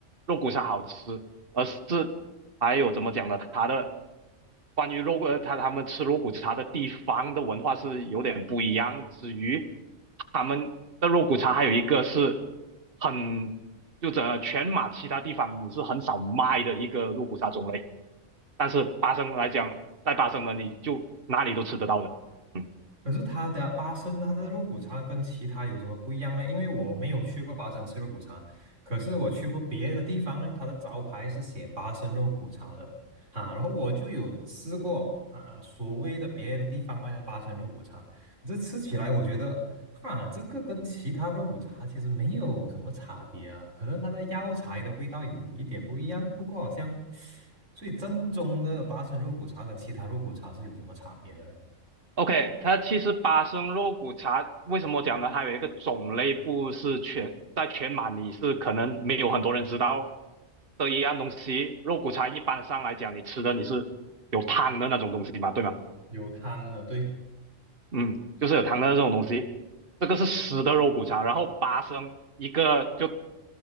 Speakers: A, on the right; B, on the right.
A: 肉骨茶好吃，而是还有怎么讲呢？它的关于肉呃，他他们吃肉骨茶的地方的文化是有点不一样。至于他们的肉骨茶，还有一个是很就整个全马其他地方你是很少卖的一个肉骨茶种类，但是巴生来讲，在巴生呢，你就哪里都吃得到的。嗯。
B: 可是他的八生它的肉骨茶跟其他有什么不一样呢？因为我没有去过八生吃肉骨茶，可是我去过别的地方呢，它的招牌是写八生肉骨茶的啊。然后我就有吃过啊啊所谓的别的地方卖的八生肉骨茶，可是吃起来我觉得哈，这个跟其他肉骨茶其实没有什么差别啊，可能它的药材的味道有一点不一样，不过好像，所以正宗的八生肉骨茶跟其他肉骨茶是有什么差别的呢？
A: OK，它其实巴生肉骨茶为什么我讲呢？它有一个种类不是全在全马你是可能没有很多人知道的一样东西。肉骨茶一般上来讲，你吃的你是有汤的那种东西嘛，对吗？
B: 有汤的，对。
A: 嗯，就是有汤的那种东西，这个是湿的肉骨茶。然后巴生一个就